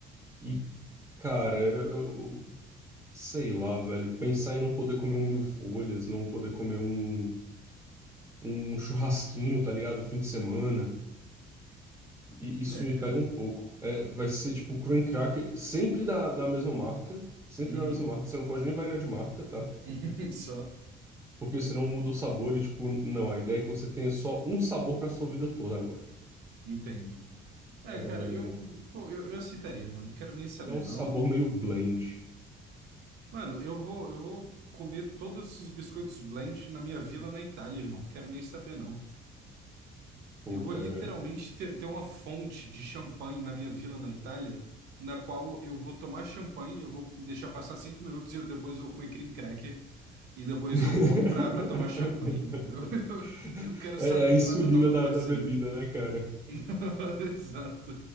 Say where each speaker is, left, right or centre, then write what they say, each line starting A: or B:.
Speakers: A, on the right (about 15°); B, on the right (about 75°).
A: E cara, eu, eu- sei lá, velho, pensar em não poder comer um mil folhas, não poder comer um um churrasquinho, tá ligado? Fim de semana. E isso
B: É,
A: me
B: cara.
A: pega um pouco. É, vai ser tipo cream Cracker, sempre da, da mesma marca. Sempre
B: Uhum.
A: da mesma marca. Você não pode nem variar de marca, tá?
B: <laughs> Só.
A: Porque senão muda o sabor e, tipo, não. A ideia é que você tenha só um sabor pra sua vida toda agora.
B: Entendo. É,
A: É,
B: cara, eu, pô, eu, eu aceitaria, mano. Não quero nem saber,
A: e é um sabor
B: não.
A: meio blend.
B: Mano, eu vou, eu vou comer todos esses biscoitos blend na minha vila na Itália, irmão. Não Quero nem saber, não.
A: Pô,
B: Eu vou
A: cara.
B: literalmente ter, ter uma fonte de champanhe na minha vila na Itália, na qual eu vou tomar champanhe, eu vou deixar passar cinco minutos e eu depois vou comer cream cracker e depois
A: <laughs>
B: eu volto pra, pra tomar champanhe, irmão. Eu, <laughs> eu, eu não quero
A: É,
B: saber
A: é a
B: de
A: insulina
B: nada, não, meu
A: da,
B: parceiro.
A: da bebida, né, cara?
B: <laughs> Exato.